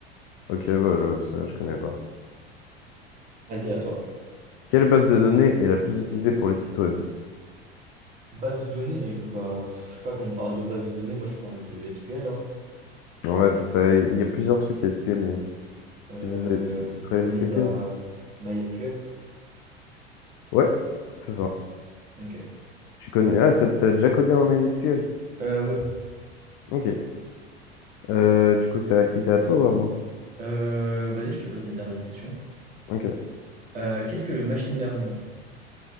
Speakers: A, on the left; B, on the right.
A: Ok, bah, je, ça, je connais pas.
B: vas-y, à toi.
A: Quelle base de données est la plus utilisée pour les sites web?
B: Base de données, bah, pff, je sais pas quand on parle de base de données, moi je parle de SQL. hein.
A: Ouais, c'est ça. Il y a plusieurs trucs SQL.
B: Euh,
A: Tu sais, c'est tu sais
B: le
A: ce serait-
B: plus connu,
A: c'est
B: bah,
A: lequel?
B: MySQL.
A: Ouais, c'est ça.
B: Ok.
A: Tu connais. Ah, t'as t'as déjà codé en MySQL?
B: Euh, ouais.
A: Ok. Euh, du coup, c'est à qui? C'est à toi ou à moi?
B: Euh, vas-y, je te pose une dernière question.
A: Ok.
B: Euh, qu'est-ce que le machine learning?